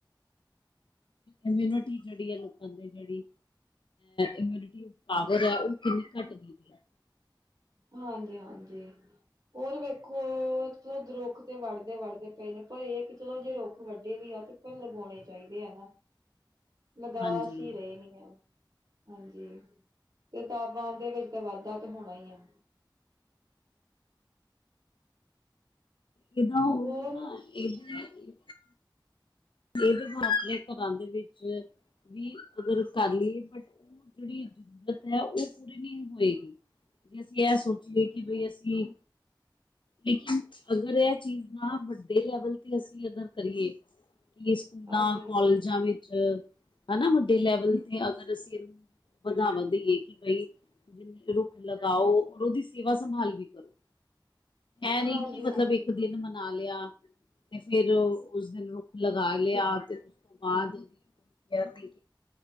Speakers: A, on the left; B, on the right.
A: ਇਮਿਊਨਿਟੀ ਜਿਹੜੀ ਆ ਲੋਕਾਂ ਦੇ ਜਿਹੜੀ ਇਮਿਊਨਿਟੀ ਪਾਵਰ ਹੈ। ਉਹ ਕਿੰਨੀ ਘੱਟ ਗਈ ਹੈ।
B: ਹਾਂਜੀ- ਹਾਂਜੀ। ਹੋਰ ਵੇਖੋ, ਚਲੋ ਰੁੱਖ ਤੇ ਵੜਦੇ- ਵੜਦੇ ਪਏ ਨੇ ਪਰ ਇਹ ਇੱਕ ਚਲੋ ਜੇ ਰੁੱਖ ਵੱਡੇ ਵੀ ਆ। ਤੇ ਪਰ ਲਗਾਉਣੇ ਚਾਹੀਦੇ ਆ ਨਾ। ਲਗਾ
A: ਹਾਂਜੀ
B: ਅਸੀਂ ਰਹੇ ਨਹੀਂ ਆ। ਹਾਂਜੀ। ਤੇ ਤਾਪਮਾਂਨ ਦੇ ਵਿੱਚ ਤਾਂ ਵਾਧਾ ਤਾਂ ਹੋਣਾ ਹੀ ਆ।
A: ਤੇ ਇਹਦਾ ਉਹੀ
B: ਹੋਰ
A: ਨਾ ਇਹਦੇ ਇਹਦੇ ਹ ਆਪਣੇ ਘਰਾਂ ਦੇ ਵਿੱਚ ਵੀ ਅਗਰ ਕਰ ਲਈਏ। ਬਟ ਜਿਹੜੀ ਜ਼ਰੂਰਤ ਹੈ ਉਹ ਪੂਰੀ ਨਹੀਂ ਹੋਏਗੀ। ਜੇ ਅਸੀਂ ਇਹ ਸੋਚੀਏ ਕਿ ਬਈ ਅਸੀਂ ਲੇਕਿਨ ਅਗਰ ਇਹ ਚੀਜ਼ ਨਾ ਵੱਡੇ ਲੈਵਲ ਤੇ ਅਸੀਂ ਅਗੱਰ ਕਰੀਏ। ਕਿ ਸਕੂਲਾਂ,
B: ਹਾਂਜੀ,
A: ਕਾਲਜਾਂ ਵਿੱਚ ਹਨਾ। ਵੱਡੇ ਲੈਵਲ ਤੇ ਅੱਗਰ ਅਸੀਂ ਇਹਨੂੰ ਵਧਾਵਾ ਦੇਈਏ। ਕਿ ਬਈ ਜਿੰਨੇ ਰੁੱਖ ਲਗਾਓ ਉਹਦੀ ਸੇਵਾ ਸੰਭਾਲ ਵੀ ਕਰੋ ਏ ਨੀ
B: ਹਾਂਜੀ-ਹਾਂਜੀ,
A: ਕਿ ਮਤਲਬ ਇੱਕ
B: ਹਾਂਜੀ।
A: ਦਿਨ ਮਨਾ ਲਿਆ ਤੇ ਫੇਿਰ ਉਸ ਦਿਨ ਰੁ ਲਗਾ ਲਿਆ ਉਸ ਬਾਅਦ ਉਹਦੀ ਕੋਈ ਕੇਅਰ ਨਹੀਂ